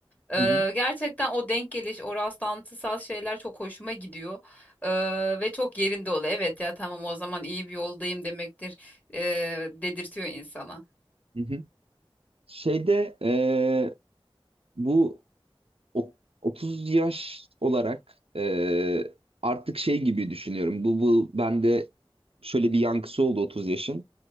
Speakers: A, on the left; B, on the right.
A: Ee,
B: hı hı,
A: gerçekten o denk geliş, o rastlantısal şeyler çok hoşuma gidiyor. Ee, ve çok yerinde oluyor. Evet ya tamam o zaman iyi bir yoldayım demektir e, dedirtiyor insana.
B: hı hı. Şeyde e, bu o- 30 yaş olarak e, artık şey gibi düşünüyorum. Bu, bu bende şöyle bir yankısı oldu 30 yaşın.